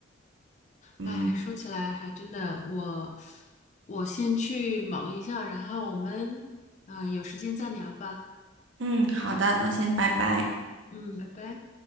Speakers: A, on the right; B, on the left.
A: 嗯
B: 哎，说起来还真的，我我先去忙一下，然后我们嗯、呃有时间再聊吧。
A: 嗯，好的，那先拜拜。
B: 嗯，拜拜。